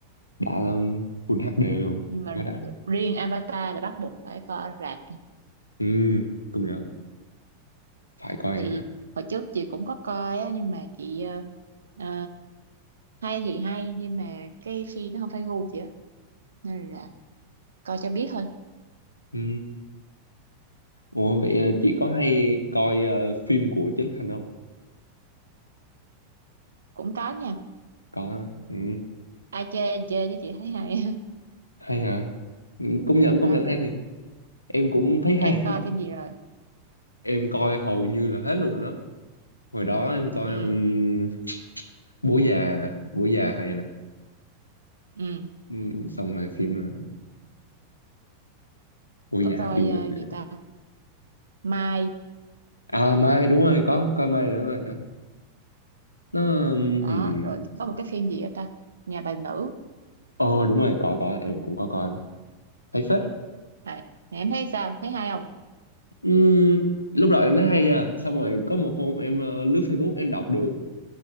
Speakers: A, on the left; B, on the right.
A: đã lắm full HD luôn
B: nhưng mà
A: quá đã
B: riêng Avatar là bắt buộc phải coi ở rạp
A: ừ công nhận phải coi
B: thì
A: rồi đó
B: hồi trước chị cũng có coi á nhưng mà chị ờ, ờ, hay thì hay nhưng mà cái phim nó không phải gu chị á nên là coi cho biết thôi
A: ừ ủa vậy ờ, chị có hay coi ờ, phim của Trấn Thành không
B: cũng có nha
A: có ừ
B: ai chê thì chê chứ chị thấy hay
A: hay hả Ừ, công nhận công
B: <laughs> ừ.
A: nhận hay thì em cũng thấy hay
B: em
A: <laughs>
B: coi phim gì rồi
A: em coi hầu như là hết luôn rồi đó hồi đó em coi
B: ừ.
A: ừm, bố già nè bố già hay nè
B: Ừ.
A: Ừm, xong rồi phim nào nữa? bố
B: có
A: già
B: coi
A: phim gì
B: ờ,
A: nữa?
B: gì ta Mai
A: à mai đúng rồi có coi mai nữa mà đó nó ừm,
B: đó rồi có một cái phim gì đó ta nhà bà nữ
A: ờ đúng rồi có có em cũng có coi thấy phết
B: Đấy. Thế em thấy sao? Thấy hay không?
A: Ừm, lúc đầu em thấy hay à xong rồi có một hôm em ờ, lướt Facebook em đọc được